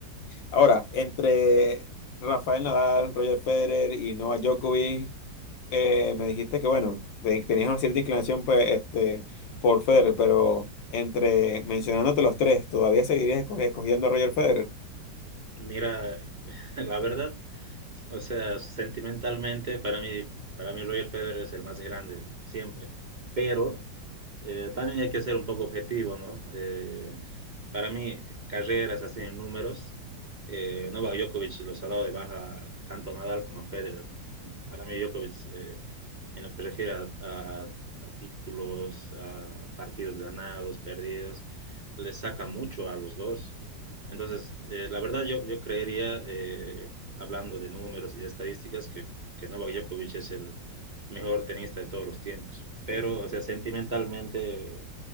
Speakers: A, on the left (about 85°); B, on the right (about 30°).
A: Ahora, entre Rafael Nadal, Roger Federer y Novak Djokovic, eh, me dijiste que bueno, te- tenías una cierta inclinación pues, este, por Federer, pero entre mencionándote los tres, ¿todavía seguirías esco- escogiendo a Roger Federer?
B: Mira, <laughs> la verdad, o sea, sentimentalmente para mí, para mí Roger Federer es el más grande siempre, pero eh, también hay que ser un poco objetivo, ¿no? Eh, para mí, carreras así en números, eh, Novak Djokovic los ha dado de baja tanto a Nadal como a Federer, ¿no? Para mí Djokovic eh, en lo que se refiere a, a- a títulos, a, a partidos ganados, perdidos, le saca mucho a los dos. Entonces, eh, la verdad yo, yo creería, eh, hablando de números y de estadísticas, que, que Novak Djokovic es el mejor tenista de todos los tiempos. Pero, o sea, sentimentalmente,